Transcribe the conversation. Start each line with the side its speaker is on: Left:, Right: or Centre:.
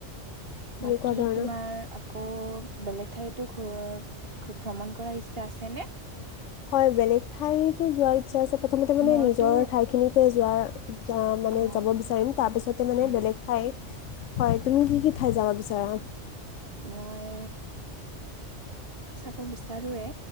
Left: তেনেকুৱা
Right: বাকী
Left: ধৰণৰ
Right: তোমাৰ আকৌ, বেলেগ ঠাইতো খুব ভ্ৰমণ কৰ ইচ্ছা আছেনে?
Left: হয় বেলেগ ঠাইতো যোৱাৰ ইচ্ছা আছে। প্ৰথমতে মানে
Right: মোৰতো
Left: নিজৰ ঠাইখিনিতে যোৱাৰ, য মানে
Right: অ',
Left: যাব বিচাৰিম। তাৰপিছতে মানে
Right: উম,
Left: বেলেগ ঠাই হয়। তুমি কি কি ঠাই যাব বিচাৰা?
Right: মই বিচাৰোয়ে,